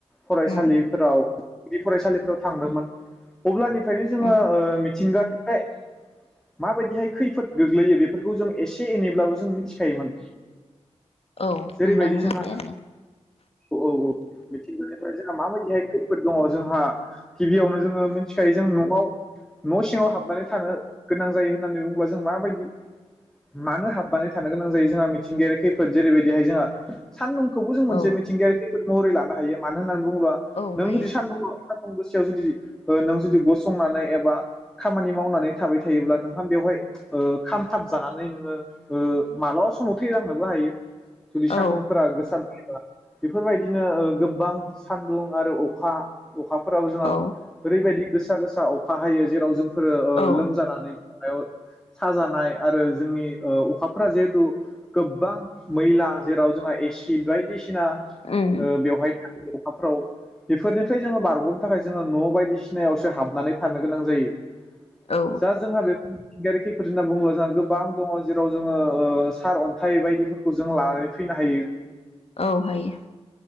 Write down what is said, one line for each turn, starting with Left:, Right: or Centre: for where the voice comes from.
Centre: फरायसालिफोराव
Left: उम
Centre: गुदि फरायसालिफोराव थांदोंमोन अब्लानि नो जोङो
Left: उम
Centre: मिथिंगानि <inaudible> मा बायदिहाय खैफोद गोलैयो बेफोरखौ जों एसे एनैब्लाबो जों मिथिखायोमोन
Left: औ
Centre: जेरैबायदि
Left: हमदांनो
Centre: जोंहा
Left: हाबाय आरो ना
Centre: औ औ मिगफ्राय जोंहा माबायदिहाय खैफोद दङ जोंहा गिबियावनो जोङो मिथिखायो जों नआव न सिङाव हाब माने थानो गोनां जायो होन होननानै बुङोबा जों माबायदि मानो हाबनानै थानो गोनां जायो जोंहा मिथिंगायारि खैफोद जेरैबायदिहाय जोंहा सान नुंखौबो जों मोनसे
Left: औ
Centre: मिथिंगायारि <unintelligible> महरै लानो हायो मानो होन होननानै बुंङोबा
Left: औ
Centre: नों
Left: हायो
Centre: जुदि सान्दुं गोस जुदि नों जुदि गसंनानै एबा खामानि मावनानै थाबाय थायोब्ला नोंहा बेवहाय ओ खामथाब जानानै नोङो ओ मालाबा समाव थैलांनोबो हायो जुदि सान्दुंफोरा
Left: औ
Centre: गोसा <unintelligible> बेफोरबायदिनो गोबां सानदुं आरो अखा अखाफोराब जोंहा
Left: औ
Centre: ओरैबायदि गोसा गोसा अखा हायो जेराव जों फोरो ओ
Left: औ
Centre: लोमजानानै साजानाय आरो जोंनि ओ अखाफोरा जिहेथु गोबां मैला जेराव जोंहा एसिड बायदिसि ना
Left: उम
Centre: ओ बेवहाय अखाफ्राव बेफोरनिफ्राय जोङो बारगनो थाखाय जोङो न बायदिसिनायावसो हाबनानै थानो गोनां जायो दा
Left: औ
Centre: जोंहा बेफो मिथिंगायारि खैफोद होनना बुङोब्ला जोंहा गोबां दङ जेराव जोङो ओ सार अन्थाइ बायदिफोरखौ जों लानानै फैनो हायो
Left: औ हायो